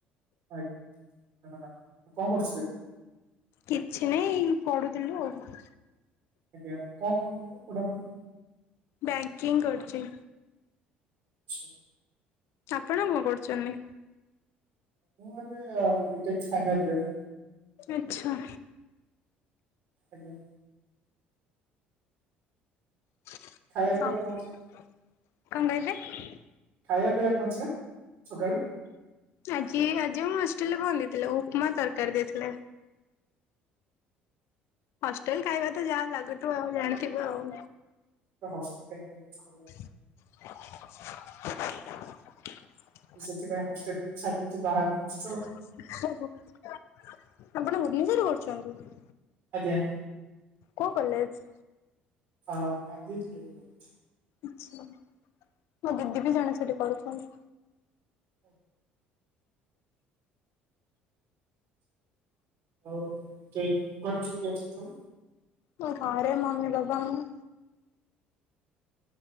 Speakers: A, on the right; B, on the left.
A: ଆଜ୍ଞା କଣ କରୁଥିଲେ?
B: କିଛି ନାଇଁ ଏଇ ପଢୁଥିଲୁ ଆଉ।
A: ଆଜ୍ଞା କଣ କରୁଚନ୍ତି ପଢାପୁଢି?
B: ବ୍ୟାକିଂ କରୁଚି।
A: ଛ
B: ଆପଣ କଣ କରୁଚନ୍ତି?
A: ମୁଁ ଏବେ ବିଟେକ୍ ଫାଇନାଲ୍ ଇୟର୍।
B: ଆଚ୍ଛା।
A: ଆଜ୍ଞା।
B: ହଁ
A: ଖାଇବା ପିଇବା କଣ
B: କଣ
A: ଅଛି
B: କହିଁଲେ?
A: ଖାଇବା ପିଇବା କନ ଥିଲା ସକାଳେ?
B: ଆଜି ଆଜି ମୁଁ ହଷ୍ଟେଲରେ ବନିଥିଲା ଉପମା ତରକାରୀ ଦେଇଥିଲେ। ହଷ୍ଟେଲ୍ ଖାଇବା ତ ଯାହା ଲାଗୁଥିବ ଆଉ ଜାଣିଥିବ ଆଉ।
A: ତ ହଷ୍ଟେଲ ଖାଇବା ବହୁତ୍ ଖରାପ୍।
B: <inaudible>
A: ସେଥିପାଇଁ ହଷ୍ଟେଲ ବି ଛାଡି ଦେଇଚି ବାହାରେ ରୁହୁଚି।
B: ଆପଣ ଭୁବନେଶ୍ୱରରେ କରୁଚନ୍ତି।
A: ଆଜ୍ଞା।
B: କୋଉ କଲେଜ?
A: ହଁ ଗାନ୍ଧୀ ପୁରରେ କରୁଚି।
B: ଆଚ୍ଛା ମୋ ଦିଦି ବି ଜଣେ ସେଟି ପଢୁଚନ୍ତି।
A: ଓ ଆଉ କି ଘରେ କିଏ କିଏ ଅଛନ୍ତି ସବୁ?
B: ମୁଁମରେ ମମି ବାବା ମୁଁ।